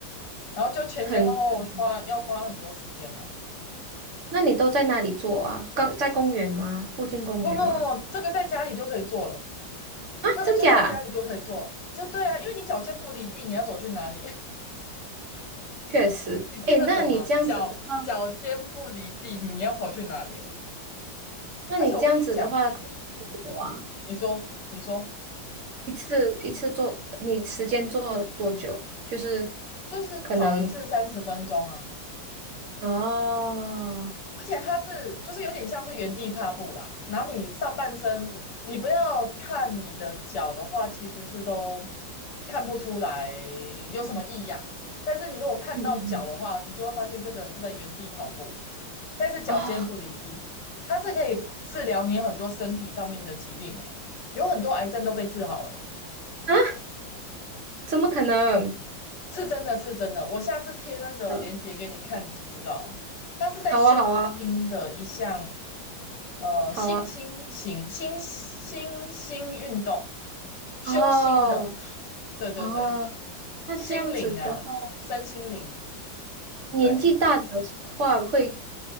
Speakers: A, on the left (about 65°); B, on the right (about 50°).
A: 然后就前前后后花要花很多时间呢、
B: 很那你都在哪里做啊？刚在公园吗？附近公园吗？
A: 不不不不，这个在家里就可以做了，
B: 啊，
A: 这个就在家里就可以做了。
B: 真假？
A: 这对啊，因为你脚尖不离地，你要走去哪里？
B: 确实，
A: <laughs> 你听得懂吗？
B: 诶，那你这样子的话，
A: 脚脚尖不离地，你要跑去哪里？
B: 那你这样子的话，
A: 而且我跟你讲，
B: 多久啊？
A: 你说你说，
B: 一次一次做，你时间做多久？就是
A: 就是跑一次三十分钟啊。
B: 可能哦，
A: 而且它是就是有点像是原地踏步啦，然后你上半身你不要看你的脚的话，其实是都看不出来有什么异样。
B: 嗯
A: 但是你如果看到脚的话，
B: 嗯嗯
A: 你就会发现这个人是在原地跑步，但是脚尖不离地。
B: 嗯，哦
A: 它是可以治疗你很多身体上面的疾病、欸，诶有很多癌症都被治好了、欸，
B: 啊，怎么可能？
A: 是真的是真的。我下次贴那个链接给你看，
B: 嗯，
A: 你就知道了它是在修心的一项。
B: 好啊好啊
A: 呃，
B: 好啊，
A: 新兴型新新兴运动，修心的，
B: 哦
A: 对对对，
B: 哦，那这样子的话，
A: 心灵啊，身心灵，
B: 年纪大的
A: 对，
B: 话会